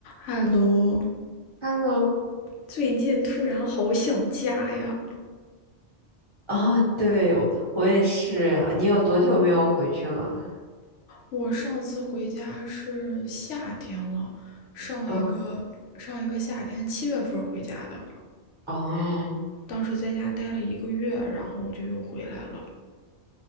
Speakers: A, on the left; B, on the right.
A: 哈喽，
B: h e
A: 最近突然好想家呀！
B: 哦，对，我我也是。你有多久没有回去了？
A: 我上次回家是夏天了，上一个上一个夏天七月份回家的，
B: 嗯，哦，
A: 当时在家待了一个月，然后我就又回来了。